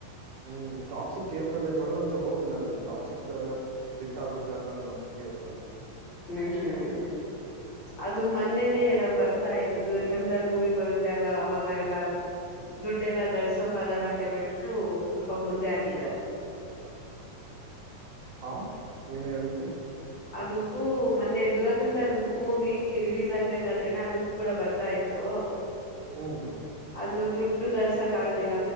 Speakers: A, on the right; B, on the left.
A: ಹ್ಮ್ ಟಾಕ್ಸಿಕ್ ಥಿಯೇಟ್ರ ಅಲ್ಲಿ ನೋಡೋಂದ್ರೆ ಹೋಪ್ ಇ ನಗೆ ಟಾಕ್ಸಿಕ್ ಆಗುತ್ತೆ ಅನ್ನೊಂದು ಇಲ್ಲ
B: ಹ್ಮ್ ಹ್ಮ್ ಅದು ಮೊನ್ನೆನೆೇ ಎಲ್ಲ ಬರ್ತಾ ದುಧರ್ ಮೂವಿ ಬರುತ್ತೆ ಆದ ಅವಾಗ ಎಲ್ಲಾ ದುಡ್ಡೆಲ್ಲ ಗಳಸೋಕ್ ಆಗಲ್ಲ ಅಂತ ಹೇಳ್ಬಿಟ್ಟು ಸ್ವಲ್ಪ ಮುಂದೆ ಹಾಕಿದಿದ್ದಾರೆ
A: ಹಾ ಏನೋ ಹೇಳಿದ್ರಿ
B: ಅದು ಮನ್ನೆ ದುರಂಧರ್ ಮೂವಿ ರಿಲೀಸ್ ಆಗ್ಬೇಕಾದ್ರೆನೆ ಅದ ಕೂಡ ಬರ್ತಾ ಇತ್ತು
A: ಹ್ಮ್
B: ಅದು ದುಡ್ಡುಗಳಸಕ್ ಆಗೋದಿಲ್ಲ